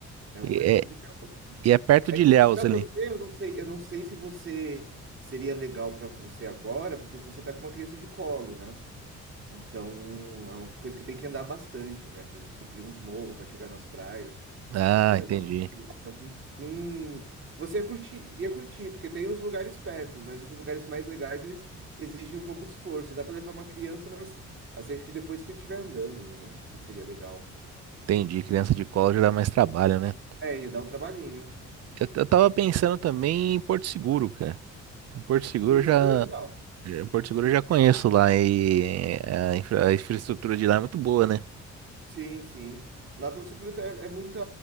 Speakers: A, on the right (about 40°); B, on the right (about 55°).
A: É uma
B: E
A: mais bonita
B: é,
A: que a outra.
B: e é perto
A: É
B: de
A: que
B: Ilhéus
A: assim, para você,
B: ali.
A: eu não sei, eu não sei se você seria legal para você agora, porque se você tá com uma criança de colo, né? Então, é uma coisa que tem que andar bastante, né? Tem que subir uns morros para chegar nas praias,
B: Ah,
A: tem que fazer
B: entendi.
A: uma. Então, com... com- Você ia curtir, ia curtir, porque tem uns lugares perto, mas os lugares mais legais eles exigem um pouco de esforço. Dá para levar uma criança, mas assim, acho que depois que estiver andando, acho que seria legal.
B: Entendi. Criança de colo já dá mais trabalho, né?
A: É, ia dar um trabalhinho.
B: Eu, eu tava pensando também em Porto Seguro, cara. Porto Seguro
A: Porto
B: eu já,
A: Seguro é legal.
B: eh, Porto Seguro eu já conheço lá e é, a, infra- a infraestrutura de lá é muito boa, né?
A: Sim, sim. Lá para o Seguro é, é muita.